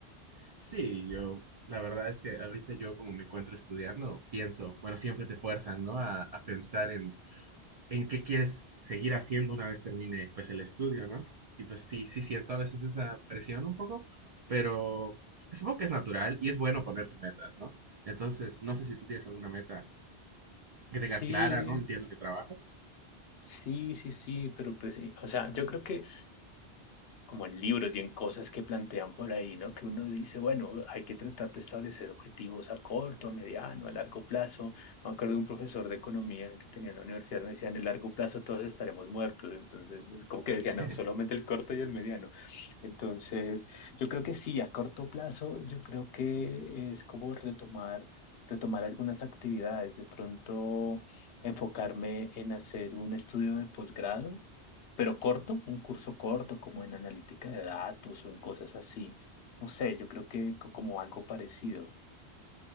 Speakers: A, on the right; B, on the left.
A: sí, yo, la verdad es que ahorita yo como me encuentro estudiando, pienso, bueno, siempre te fuerzan, ¿no? A, a pensar en, en qué quieres seguir haciendo una vez termine, pues, el estudio, ¿no? Y pues sí, sí siento a veces esa presión un poco, pero supongo que es natural y es bueno ponerse metas, ¿no? Entonces, no sé si tú tienes alguna meta que tengas
B: Sí.
A: clara, ¿no? Entiendo que trabajas.
B: Sí, sí, sí, pero pues, sí, o sea, yo creo que como en libros y en cosas que plantean por ahí, ¿no? Que uno dice, bueno, hay que tratar de establecer objetivos a corto, a mediano, a largo plazo. Me acuerdo de un profesor de economía que tenía en la universidad, me decía, en el largo plazo todos estaremos muertos. Entonces, como que decía,
A: <laughs>
B: no, solamente el corto y el mediano. Entonces, yo creo que sí, a corto plazo, yo creo que es como retomar. retomar algunas actividades, de pronto enfocarme en hacer un estudio de posgrado pero corto, un curso corto, como en analítica de datos o en cosas así. No sé, yo creo que co- como algo parecido.